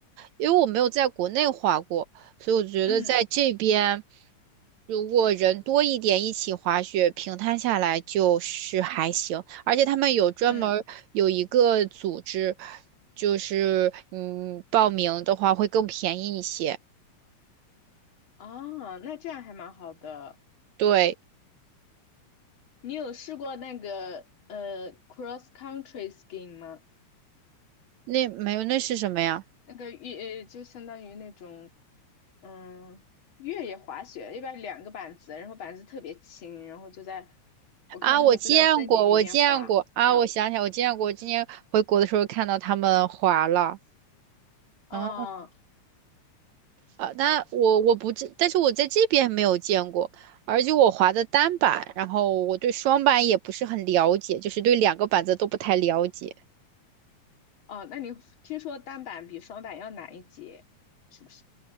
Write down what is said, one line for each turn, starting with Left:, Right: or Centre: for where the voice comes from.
Right: 因为我没有在国内滑过，所以我觉得在这边，
Left: 嗯
Right: 如果人多一点一起滑雪，平摊下来就是还行。而且他们有专门儿有一个组织，
Left: 嗯，
Right: 就是嗯报名的话会更便宜一些。
Left: 哦，那这样还蛮好的。
Right: 对，
Left: 你有试过那个呃 cross country skiing 吗？
Right: 那没有那是什么呀？
Left: 那个越呃就相当于那种嗯，越野滑雪一般两个板子，然后板子特别轻，然后就在我看他们就在森林里面滑。
Right: 啊，我见过，我见过啊，
Left: 嗯，
Right: 我想起来，我见过，今年回国的时候看到他们滑了。
Left: 哦
Right: 嗯。啊，那我我不知，但是我在这边没有见过，而且我滑的单板，然后我对双板也不是很了解，就是对两个板子都不太了解。
Left: 哦，那你听说单板比双板要难一截，是不是？